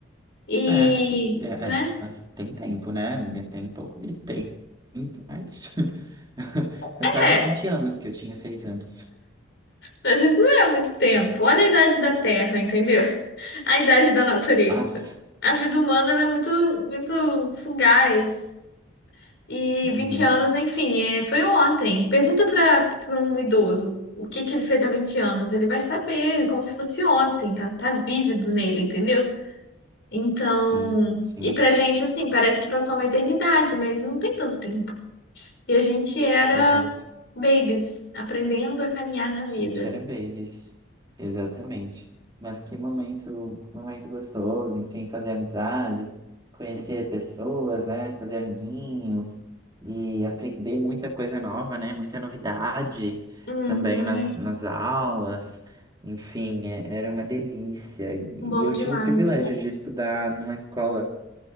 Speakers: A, on the left (about 55°); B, on the right (about 20°).
A: E,
B: É, se- é,
A: né?
B: é, mas tem tempo, né, amiga? Tem um pouco de tempo, mas <laughs> faz
A: É,
B: quase 20 anos que eu tinha seis anos.
A: mas isso não é muito tempo.
B: Ah,
A: Olha a idade da Terra, entendeu? A idade da natureza.
B: ah, mas-
A: A vida humana, ela é muito, muito fugaz. E
B: uhum,
A: 20 anos, enfim, é, foi ontem. Pergunta para um idoso o que que ele fez há 20 anos. Ele vai saber, como se fosse ontem, tá, tá vívido nele, entendeu? Então,
B: sim, sim,
A: e pra gente, assim, parece que passou uma eternidade, mas não tem tanto tempo. E a gente era
B: exato.
A: babies, aprendendo a caminhar na
B: Chinchera
A: vida.
B: Babies, exatamente. Mas que momento, momento gostoso, enfim, fazer amizades, conhecer pessoas, né? Fazer amiguinhos e aprender muita coisa nova, né? Muita novidade
A: Uhum,
B: também nas, nas aulas. Enfim, é- era uma delícia. E
A: bom
B: eu
A: demais.
B: tive o privilégio de estudar numa escola